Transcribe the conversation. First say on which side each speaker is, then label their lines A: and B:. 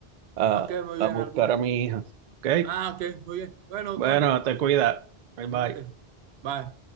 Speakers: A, on the right; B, on the right.
A: a,
B: Ah, Ok, muy
A: a
B: bien,
A: buscar
B: algún.
A: a mi hija. ¿Ok?
B: Ah, ok, muy bien. Bueno,
A: Bueno,
B: Juan,
A: te cuida. Bye
B: igualmente.
A: bye.
B: Bye.